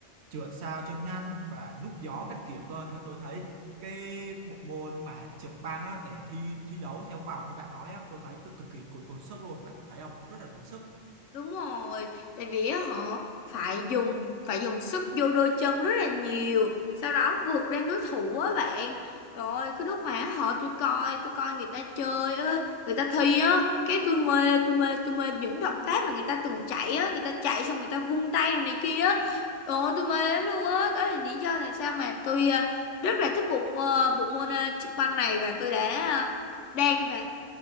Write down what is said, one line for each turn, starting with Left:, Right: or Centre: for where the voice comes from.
Right: trượt sao cho nhanh và núp gió các kiểu cơ <laughs> tôi thấy cái bộ môn mà trượt băng á, để thi thi đấu theo vòng như bạn nói á, tôi thấy cực kỳ tốn sức luôn bạn có thấy không nó rất là tốn sức
Left: Đúng rồi, tại vì á, họ phải dùng phải dùng sức vô đôi chân rất là nhiều, sau đó vượt lên đối thủ á bạn. Rồi cái lúc mà họ tôi coi, tôi coi người ta chơi á, người ta thi á, cái tôi mê, tôi mê, tôi mê những động tác mà người ta từng chạy á, người ta chạy xong người ta vung tay rồi này kia á. Ồ tôi mê lắm luôn á, đó là lý do tại sao mà tôi ờ, rất là thích bộ ờ, bộ môn ờ, trực banh này và tôi đã ờ, đang và